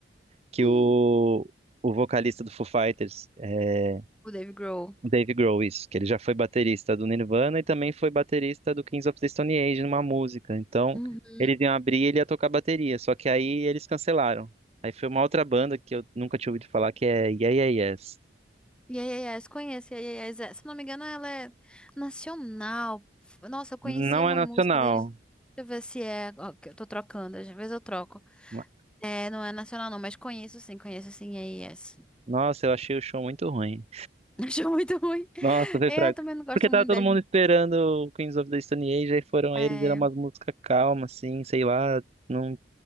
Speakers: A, on the right (about 35°); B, in the centre.
A: Que
B: Uhum.
A: o, o vocalista do Foo Fighters... é,
B: O Dave Grohl.
A: Dave Grohl, isso, que ele já foi baterista do Nirvana e também foi baterista do Kings of the Stone Age numa música. Então,
B: Uhum.
A: eles iam abrir e ele ia tocar bateria, só que aí eles cancelaram. Aí foi uma outra banda que eu nunca tinha ouvido falar, que é Yeah Yeah Yes.
B: Yes, conheço. Yes, se não me engano, ela é nacional. F- Nossa, eu conhecia
A: Não
B: uma
A: é nacional.
B: música deles. Deixa eu ver se é. ó, que eu tô trocando, às vezes eu troco.
A: Ma-
B: É, não é nacional, não, mas conheço sim, conheço sim. Yes.
A: Nossa, eu achei o show muito ruim.
B: <laughs> Acho muito ruim.
A: Nossa, foi
B: Eu
A: fraco.
B: também não gosto
A: Porque tava
B: muito
A: todo
B: deles.
A: mundo esperando o Kings of the Stone Age, aí foram
B: É,
A: eles, era uma música calma, assim, sei lá, não